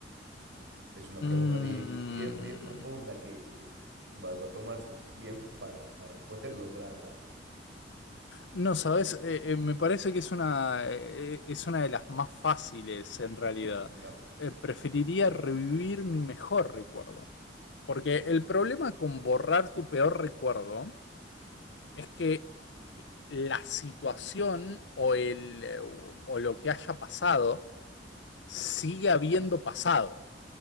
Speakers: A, on the right; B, on the left.
A: Es una
B: Mm,
A: pregunta bien, bien, bien profunda que, que va, va a tomar su, su tiempo <laughs> para, para poder lograrla.
B: no, sabes, Eh, eh, me parece que es una, eh, es una de las más fáciles en realidad.
A: ¿Ya?
B: Eh, preferiría revivir mi mejor recuerdo. Porque el problema con borrar tu peor recuerdo es que la situación o, el, o lo que haya pasado sigue habiendo pasado.